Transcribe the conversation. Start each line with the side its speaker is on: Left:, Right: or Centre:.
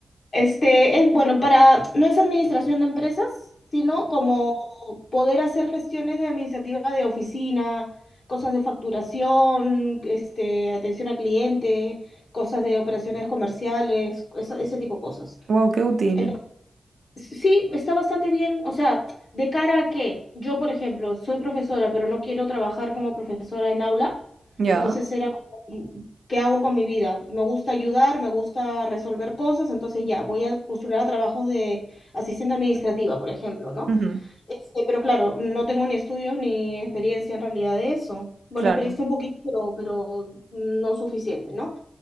Left: Este, es, bueno, para, no es administración de empresas, sino como poder hacer gestiones de administrativa de oficina, cosas de facturación, este, atención al cliente, cosas de operaciones comerciales, eso- ese tipo de cosas.
Right: Wow, qué útil.
Left: Entonces, sí, está bastante bien. O sea, de cara a que yo, por ejemplo, soy profesora, pero no quiero trabajar como profesora en aula,
Right: Ya.
Left: entonces era como, mm, ¿qué hago con mi vida? Me gusta ayudar, me gusta resolver cosas, entonces ya, voy a postular a trabajos de asistente administrativa, por ejemplo, ¿no?
Right: Ujú,
Left: Este, pero claro, no tengo ni estudios ni experiencia en realidad de eso. Bueno,
Right: Claro.
Left: experiencia un poquito, pero, pero no suficiente, ¿no?